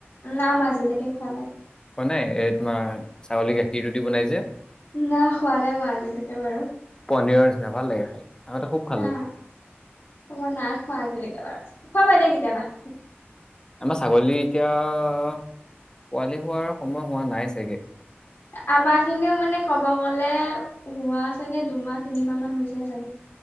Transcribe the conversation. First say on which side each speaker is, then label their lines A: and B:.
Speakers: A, on the left; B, on the left.
A: না মই আজিলৈকে খোৱা নাই।
B: খোৱা নাই এই তোমাৰ ছাগলী গাখীৰ দি বনাই যে।
A: নাই খোৱা নাই মই আজিলৈকে বাৰু।
B: পনীৰৰ নিচিনা ভাল লাগে খাই। আগতে খুব খালো
A: হা মই নাই খোৱা আজিলৈকে বাৰু খাবা দে কেতিয়াবা।
B: আমাৰ ছাগলী এতিয়া পোৱালি হোৱাৰ সময় হোৱা নাই। চাগে
A: আমাৰ খিনিও মানে কব গলে। হোৱা চাগে দুমাহ তিনিমাহ মান হৈছে চাগে।